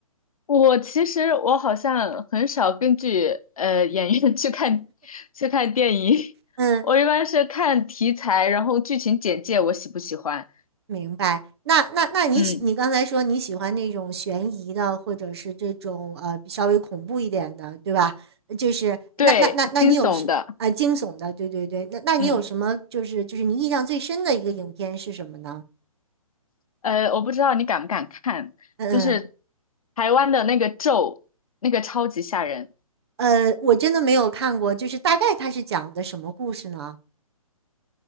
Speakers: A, on the left (about 70°); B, on the right (about 45°).
A: 我其实我好像很少根据呃演员 <laughs> 去看去看电影，
B: 嗯，
A: 我一般是看题材，然后剧情简介我喜不喜欢，
B: 明白。那那那你喜你刚才说你喜欢那种悬疑的，
A: 嗯，
B: 或者是这种呃比稍微恐怖一点的，对吧？就是那那那那你有什啊、
A: 对，惊悚的，
B: 惊悚的？对对对。那那你有什么就是就是你印象最深的一个影片是什么呢？
A: 嗯呃，我不知道你敢不敢看，
B: 嗯
A: 就是台湾的那个咒，那个超级吓人。
B: 嗯，呃，我真的没有看过，就是大概它是讲的什么故事呢？